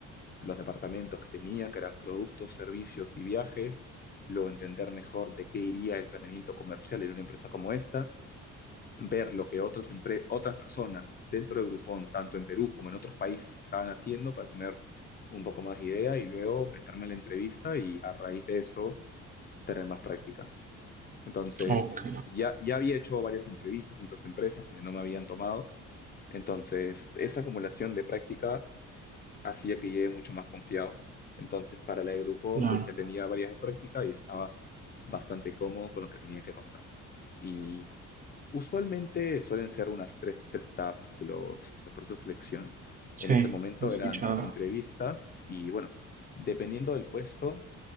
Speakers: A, on the left; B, on the right.
A: los departamentos que tenía, que eran productos, servicios y viajes. Luego entender mejor de qué iría el planeamiento comercial en una empresa como esta ver lo que otras, empre- otras personas dentro de Groupon, tanto en Perú como en otros países, estaban haciendo para tener un poco más de idea y luego meterme en la entrevista y a raíz de eso tener más práctica. Entonces,
B: ok,
A: ya, ya había hecho varias entrevistas en otras empresas donde no me habían tomado, entonces esa acumulación de práctica hacía que llegue mucho más confiado. Entonces, para la de Groupon,
B: claro,
A: pues ya tenía varias de práctica y estaba bastante cómodo con lo que tenía que contar. Y Usualmente suelen ser unas tres, tres etapas los, los procesos de selección.
B: sí,
A: En ese momento
B: he escuchado,
A: eran tres entrevistas y bueno, dependiendo del puesto